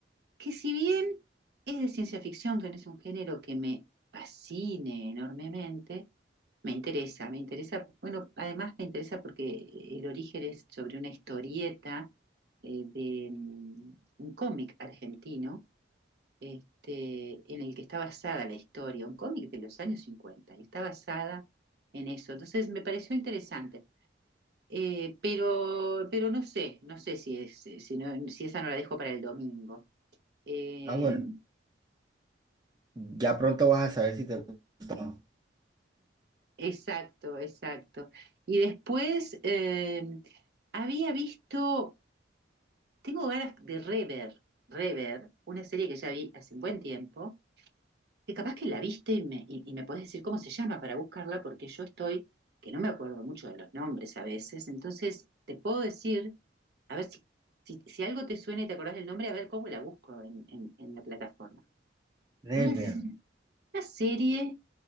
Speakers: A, on the right; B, on the right.
A: que si bien es de ciencia ficción, que no es un género que me fascine enormemente, me interesa, me interesa, bueno, además me interesa porque el origen es sobre una historieta eh, de mm, un cómic argentino, este, en el que está basada la historia, un cómic de los años 50 y está basada en eso. Entonces me pareció interesante. Eh, pero, pero no sé, no sé si es, si no- si esa no la dejo para el domingo. Eh,
B: ah, bueno, ya pronto vas a saber si te gusta o no.
A: Exacto, exacto. Y después eh, había visto, tengo ganas de rever, rever, una serie que ya vi hace un buen tiempo, que capaz que la viste y me, y, y me podés decir cómo se llama para buscarla, porque yo estoy, que no me acuerdo mucho de los nombres a veces, entonces te puedo decir, a ver si, si, si algo te suena y te acordás del nombre, a ver cómo la busco en, en- en la plataforma.
B: Reverb.
A: Una, <laughs> una serie